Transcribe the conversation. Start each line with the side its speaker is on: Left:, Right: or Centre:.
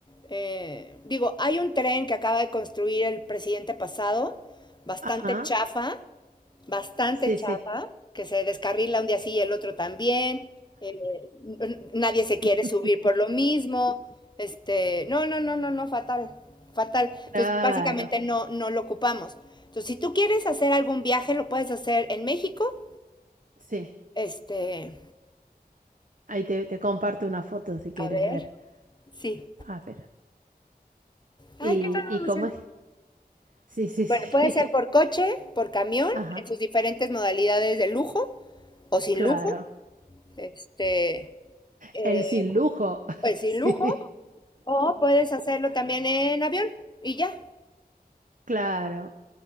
Left: eh, digo, hay un tren que acaba de construir el presidente pasado, bastante
Right: Ajá,
Left: chafa, bastante
Right: sí,
Left: chafa,
Right: sí.
Left: que se descarrila un día sí y el otro también, eh, n- nadie se quiere
Right: <laughs>
Left: subir por lo mismo, este, no, no, no, no, no, fatal, fatal.
Right: Claro,
Left: Entonces, básicamente no, no lo ocupamos. Entonces, si tú quieres hacer algún viaje, lo puedes hacer en México
Right: sí.
Left: este,
Right: Ahí te, te comparto una foto si quieres
Left: a ver,
Right: ver.
Left: sí.
Right: Ah, pero.
Left: Ay,
Right: ¿Y,
Left: qué transformación.
Right: y cómo es? Sí, sí, sí.
Left: Bueno, puede ser por coche, por camión,
Right: <laughs> Ajá,
Left: en sus diferentes modalidades de lujo o sin
Right: claro.
Left: lujo. Este, eh,
Right: El sin lujo. <laughs>
Left: pues sin
Right: Sí,
Left: lujo. O puedes hacerlo también en avión y ya.
Right: claro.